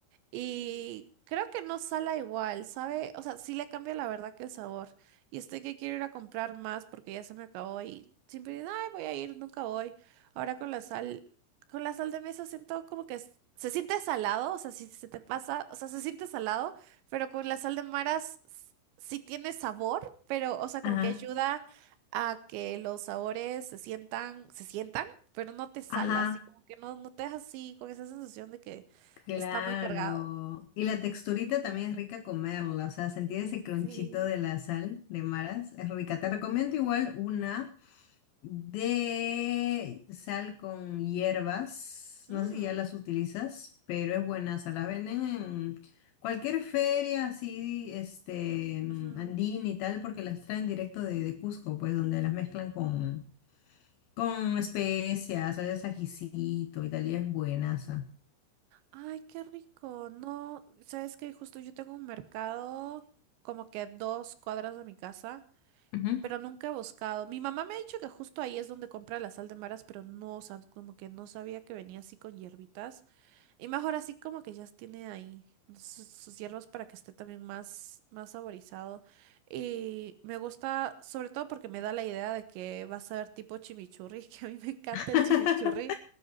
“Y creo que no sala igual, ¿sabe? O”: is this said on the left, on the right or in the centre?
Right